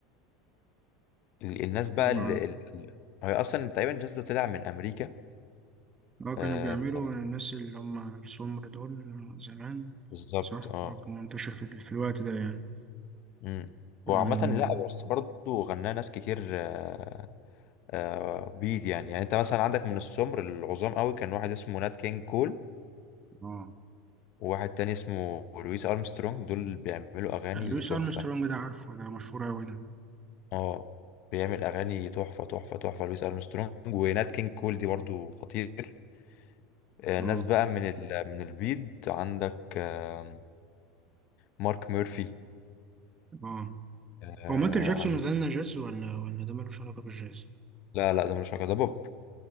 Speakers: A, on the left; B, on the right.
A: ال- الناس بقى
B: هو
A: اللي اللي- هي اصلا تقريبا الجاز ده طلع من امريكا
B: اه كانوا
A: آه،
B: بيعملوا الناس اللي هم السمر دول زمان
A: بالظبط
B: صح
A: اه
B: اه كان منتشر في, ال- في الوقت ده يعني
A: مم. وعامة
B: اه
A: لا بس برضو غناه ناس كتير آه، آه، بيض يعني يعني انت مثلا عندك من السمر العظام قوي كان واحد اسمه نات كينج كول
B: اه
A: وواحد تاني اسمه لويس ارمسترونج دول بيعملوا اغاني
B: لويس
A: تحفه
B: ارمسترونج ده عارفه ده مشهور اوي ده
A: اه بيعمل اغاني تحفه تحفه تحفه لويس ارمسترونج ونات كينج كول دي برضو خطير آه،
B: اه
A: ناس بقى من ال... من البيض عندك آه، مارك ميرفي
B: اه
A: آه،
B: هو مايكل جاكسون
A: عندك
B: غنى جاز ولا ولا ده ملوش علاقه بالجاز
A: لا لا ده مش علاقة، ده بوب